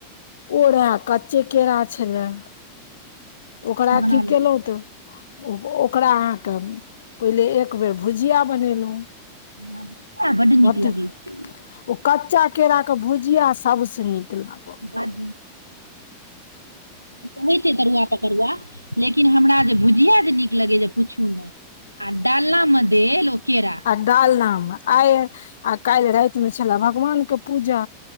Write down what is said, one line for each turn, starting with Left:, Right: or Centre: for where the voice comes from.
Left: ओ रहे कच्चे केरा छलैय ओकरा
Right: बना
Left: की
Right: लेबै
Left: केलहु तऽ ओ ओकरा अहाँके पहिले एक बेर भुजिया बनेलौ
Right: <unintelligible> नीक
Left: बड
Right: लगै छै
Left: ओ कच्चा केरा के भुजिया सबस नीक लागत
Right: बड नीक ल होे तरुआ पकड़ुआ लेकिन हमरा जे भुजिया जे नीक लगै जे पुछू नहि आ डालना मे देल ओ केरा
Left: डालनाम आय आ काल्हि राति में छले भगवान के पूजा